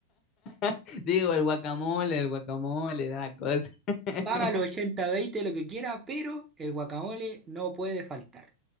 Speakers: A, on the left (about 35°); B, on the right (about 20°).
A: <laughs> Digo, el guacamole, el guacamole, era la cosa. <laughs>
B: Paga los ochenta veinte lo que quiera, pero el guacamole no puede faltar.